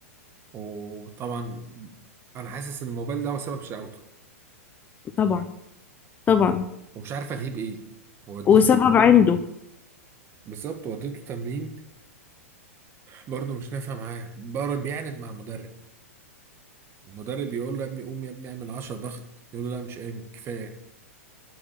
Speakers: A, on the right (about 30°); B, on the left (about 20°).
A: وطبعا انا حاسس ان الموبايل ده هو سبب شقاوته
B: طبعا طبعا
A: ومش عارف الهيه بايه وديته
B: وسبب عنده
A: بالظبط وديته تمرين برضه مش نافع معاه بره بيعند مع المدرب المدرب يقول له يا ابني قوم يا ابني اعمل 10 ضغط يقول له لا مش قايم كفايه